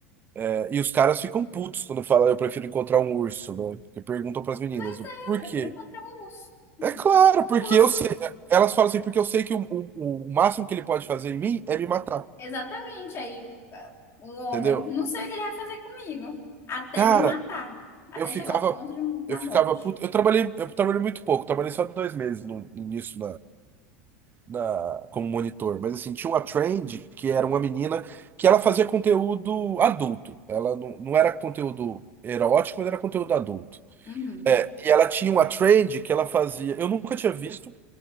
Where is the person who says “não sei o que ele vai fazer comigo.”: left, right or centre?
Left